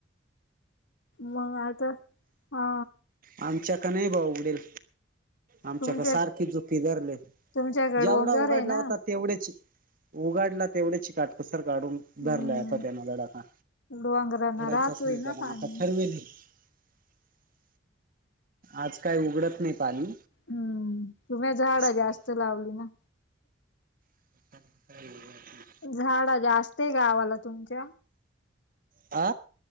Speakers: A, on the left; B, on the right.
A: मग आता हा
B: आमच्याकडे नाही बा उघडेल. आमच्याकडे
A: तुमच्या
B: सारखे <unintelligible>
A: तुमच्याकडे
B: जेवढा
A: डोंगर
B: उघाडला
A: आहे ना
B: होता तेवढेच. उघाडला तेवढेच काटकसर काढून
A: हम्म
B: धरला आता त्यान दडका.
A: डोंगरांना
B: उघडायचा
A: राहतोय
B: च नाही त्या
A: ना पाणी
B: आता <inaudible> आज काही उघडत नाही पाणी
A: हम्म <unintelligible> जास्त
B: नाही
A: लावली ना
B: <inaudible>
A: झाडा जास्त आहे गावाला तुमच्या.
B: आ